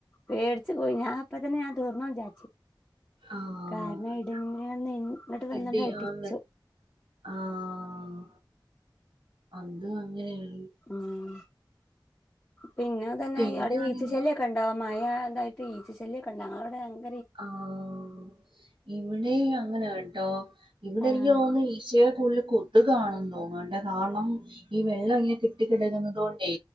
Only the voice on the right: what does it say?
ആഹ്
ഇടി
ആണ് ആഹ് അതിനും അങ്ങനെയാണ്
പിന്നാണെങ്കി
ആഹ് ഇവിടേം അങ്ങന കേട്ടോ ഇവിടെ
എനിക്ക് തോന്നുന്നു ഈച്ചയെ കൂടുതൽ കു കൊത്കാണെന്ന്തോന്നും താണ്ടേ കാരണം ഈ വെള്ളം ഇങ്ങനെ കെട്ടിക്കിടക്കുന്നത് കൊണ്ടേ